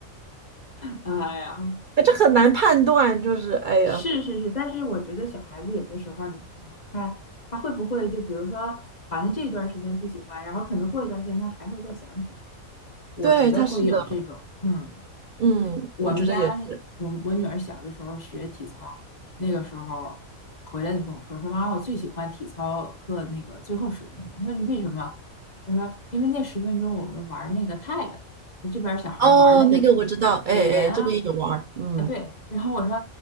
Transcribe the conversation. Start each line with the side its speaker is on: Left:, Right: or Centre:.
Left: <laughs> 哎呀。
Right: 这很难判断。就是哎呀，
Left: 是是是，但是我觉得小孩子有的时候儿，你你看他会不会就比如说，好像这段儿时间不喜欢，然后可能过一段儿时间他还会再想起来，我觉得会有这种，
Right: 对，他是的，
Left: 嗯。
Right: 嗯，
Left: 我们家我我女儿小的时候学体操，
Right: 我觉得也是。
Left: 那个时候回来就跟我说说妈，我最喜欢体操课那个最后十分钟。我说你为什么？他说因为那十分钟我们玩那个 tag，就这边小孩玩那个
Right: 哦，那个我知道，哎哎，
Left: 逮人啊
Right: 这个也有玩儿，嗯
Left: 啊对。然后我说